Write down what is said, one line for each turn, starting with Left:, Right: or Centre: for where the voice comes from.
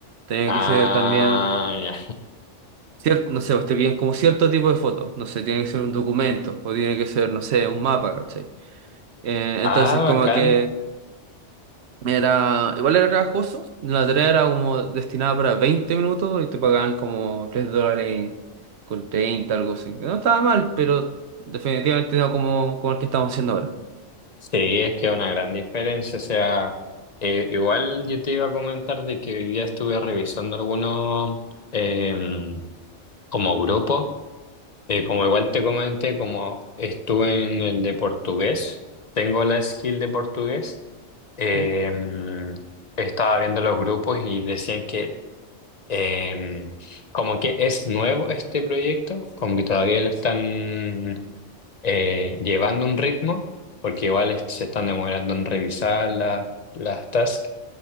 Right: Tenía
Left: Ah,
Right: que ser también
Left: ya.
Right: cier- no sé, usted piden como cierto tipo de fotos, no sé, tiene que ser un documento o tiene que ser, no sé, un mapa, ¿cachai? Eh,
Left: Ah,
Right: entonces como
Left: bacán.
Right: que era, igual era trabajoso, la tarea era como destinada para 20 minutos y te pagaban como 3 dólares con 30 algo así. Que No estaba mal, pero definitivamente no como, como el que estamos haciendo ahora.
Left: Sí, es que es una gran diferencia. O sea, eh, igual yo te iba a comentar de que hoy día estuve revisando algunos em, como grupos. Eh, como igual te comenté, como estuve en el de portugués, tengo la skill de portugués. em,
Right: ¿Mm?
Left: estaba viendo los grupos y decían que em, como que es nuevo este proyecto, como que todavía lo están eh, llevando un ritmo, porque igual es- se están demorando en revisar la- las tasks.